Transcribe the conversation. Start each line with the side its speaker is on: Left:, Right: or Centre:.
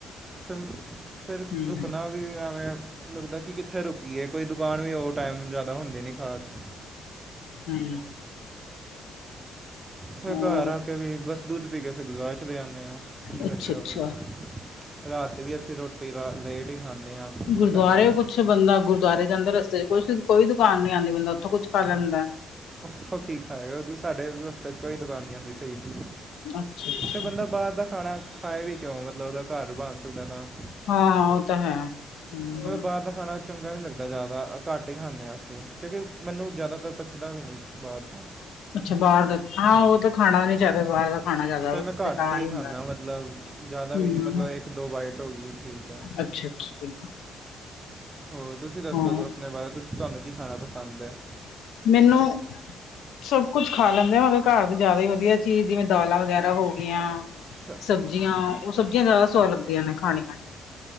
Right: ਫਿਰ ਫਿਰ
Left: ਹੂੰ
Right: ਰੁਕਨਾ ਵੀ ਐਵੇਂ ਲੱਗਦਾ, ਕਿ ਕਿੱਥੇ ਰੁਕੀਏ ਕੋਈ ਦੁਕਾਨ ਵੀ ਉਹ ਔ ਟਾਈਮ ਜਿਆਦਾ ਹੁੰਦੇ ਨੀ ਖਾਸ।
Left: ਹੂੰ।
Right: ਫਿਰ
Left: ਹੋਰ
Right: ਘਰ ਆ ਕੇ ਵੀ ਬਸ ਦੁੱਧ ਪੀ ਕੇ ਫਿਰ ਗੁਰਦੁਆਰੇ ਚਲੇ ਜਾਂਦੇ ਹਾਂ, ਕੀ
Left: ਅੱਛਾ
Right: ਕਰੀਏ
Left: ਅੱਛਾ
Right: ਹੋਰ ਰਾਤ ਦੀ ਅਸੀਂ ਰੋਟੀ ਰ ਲੇਟ ਹੀ ਖਾਂਦੇ ਹਾਂ।
Left: ਗੁਰਦੁਆਰੇ
Right: ਪਤਾ ਨਹੀਂ ਕਿਉਂ
Left: ਕੁੱਛ ਬੰਦਾ ਗੁਰਦੁਆਰੇ ਜਾਂਦੇ ਰਸਤੇ ਚ ਕੁਛ ਕੋਈ ਦੁਕਾਨ ਨੀ ਆਉਂਦੀ ਬੰਦਾ ਉੱਥੋਂ ਕੁਛ ਖਾ ਲੈਂਦਾ।
Right: ਓਥੋਂ ਕੀ ਖਾਏਗਾ, ਸਾਡੇ ਰਸਤੇ ਚ ਕੋਈ ਦੁਕਾਨ ਨਹੀਂ ਆਉਂਦੀ ਸਹੀ ਜੀ।
Left: ਅੱਛਾ ਅੱਛਾ
Right: ਤੇ ਬੰਦਾ ਬਾਹਰ ਦਾ ਖਾਣਾ ਖਾਏ ਵੀ ਕਿਉਂ? ਮਤਲਬ, ਉਹਦਾ ਘਰ ਬਣ ਸਕਦਾ ਤਾਂ
Left: ਹਾਂ ਹਾਂ ਉਹ ਤਾਂ ਹੈ। ਹੂੰ।
Right: ਮੈਂ ਬਾਹਰ ਦਾ ਖਾਣਾ ਚੰਗਾ ਨਹੀਂ ਲੱਗਦਾ ਜ਼ਿਆਦਾ ਘੱਟ ਹੀ ਖਾਂਦੇ ਹਾਂ ਅਸੀਂ ਕਿਉਂਕਿ ਮੈਨੂੰ ਜ਼ਿਆਦਾਤਰ ਪਚਦਾ ਵੀ ਨਹੀਂ ਬਾਹਰ ਦਾ।
Left: ਅੱਛਾ ਬਾਹਰ ਦਾ। ਹਾਂ ਉਹ ਤਾਂ ਖਾਣਾ ਵੀ ਨੀ ਚਾਹੀਦਾ ਬਾਹਰ ਦਾ। ਖਾਣਾ ਜ਼ਿਆਦਾ
Right: ਫੇਰ ਮੈਂ ਘੱਟ
Left: ਬੇਕਾਰ
Right: ਹੀ ਖਾਂਨਾ,
Left: ਹੁੰਦਾ।
Right: ਮਤਲਬ ਜਿਆਦਾ
Left: ਹੂੰ
Right: ਵੀ ਨੀ ਮਤਲਬ ਇੱਕ ਦੋ ਬਾਈਟ ਹੋ ਗਈ ਠੀਕ ਐ।
Left: ਅੱਛਾ, ਅੱਛਾ। <inaudible>
Right: ਹੋਰ ਤੁਸੀਂ ਦੱਸੋ
Left: ਹਾਂ
Right: ਆਪਣੇ ਬਾਰੇ ਤੁਸੀ ਤੁਹਾਨੂੰ ਕੀ ਖਾਣਾ ਪਸੰਦ ਹੈ?
Left: ਮੈਨੂੰ ਸਭ ਕੁਝ ਖਾ ਲੈਂਦੇ ਆ ਮਗਰ ਘਰ ਦੇ ਜ਼ਿਆਦਾ ਹੀ ਵਧੀਆ ਚੀਜ਼ ਜਿਵੇਂ ਦਾਲਾਂ ਵਗੈਰਾ ਹੋ ਗਈਆਂ।
Right: <inaudible>
Left: ਸਬਜ਼ੀਆਂ ਉਹ ਸਬਜ਼ੀਆਂ ਜ਼ਿਆਦਾ ਸਵਾਦ ਲੱਗਦੀਆਂ ਨੇ ਖਾਣ